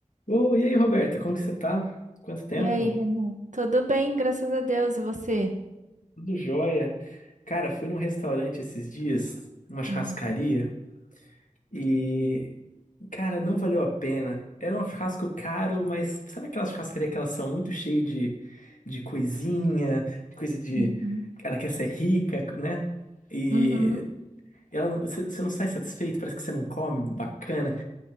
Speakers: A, on the left; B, on the right.
A: Ô, e aí, Roberta, como que você tá? Quanto tempo?
B: E aí, Renan? Tudo bem, graças a Deus. E você?
A: Tudo jóia. Cara, fui num restaurante esses dias, uma churrascaria,
B: Hum,
A: e, cara, não valeu a pena. Era um churrasco caro, mas sabe aquelas churrascarias que elas são muito cheias de, de coisinha, de coisa de.
B: Uhum.
A: Ela quer ser rica, né? E
B: Uhum.
A: ela, não- você você não sai satisfeito, parece que você não come bacana.